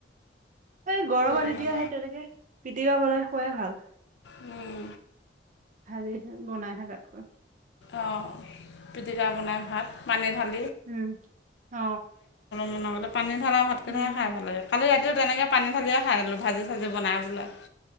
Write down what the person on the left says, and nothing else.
বনাম
উম
অঁ পিটিকা বনাই ভাত পানী ভাল
মন গ'লে পানী ঢালা ভাতকেইটাহ
খ ভাল লাগে কালি ৰাতিও তেনেকৈ পানী ঢালিয় খাই দো ভাজি ভাজি বনাই বোাই